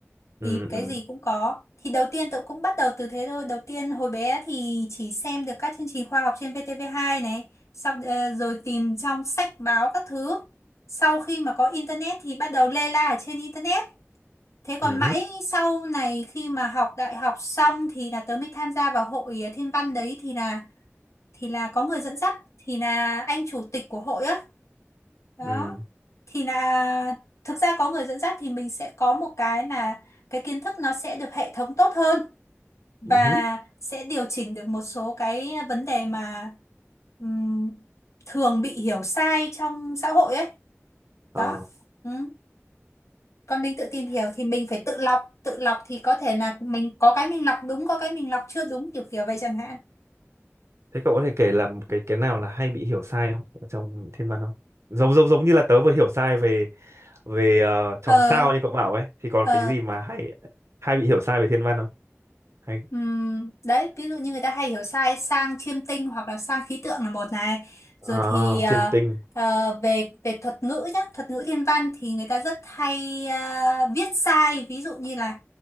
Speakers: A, on the right; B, on the left.
A: Ừ
B: thì cái
A: ừ
B: gì cũng có thì đầu tiên tôi cũng bắt đầu từ thế thôi đầu tiên hồi bé thì chỉ xem được các chương trình khoa học trên VTV2 này sau ờ, rồi tìm trong sách báo các thứ sau khi mà có internet thì bắt đầu lê la ở trên internet thế còn
A: ừ
B: mãi
A: hứ,
B: sau này khi mà học đại học xong thì là tớ mới tham gia vào hội ờ, thiên văn đấy thì là thì là có người dẫn dắt thì là anh chủ tịch của hội á đó
A: ừ.
B: thì là thực ra có người dẫn dắt thì mình sẽ có một cái là cái kiến thức nó sẽ được hệ thống tốt hơn và
A: ừ hứ.
B: sẽ điều chỉnh được một số cái vấn đề mà ừm, thường bị hiểu sai trong xã hội ấy
A: Ờ,
B: đó ừ. còn mình tự tìm hiểu thì mình phải tự lọc tự lọc thì có thể là mình có cái mình lọc đúng có cái mình lọc chưa đúng kiểu kiểu vậy chẳng hạn
A: thế cậu có thể kể là một cái cái nào là hay bị hiểu sai không ở trong thiên văn không? Giống giống giống như là tớ vừa hiểu sai về về uh, chòm
B: ờ
A: sao như cậu bảo ấy thì còn
B: ờ
A: cái gì mà hay hay bị hiểu sai về thiên văn không? Hay
B: Ừm, đấy ví dụ như người ta hay hiểu sai sang chiêm tinh hoặc là sang khí tượng là một này rồi
A: à,
B: thì ờ,
A: chiêm tinh.
B: ờ, về về thuật ngữ nhá thuật ngữ thiên văn thì người ta rất hay ờ, viết sai ví dụ như là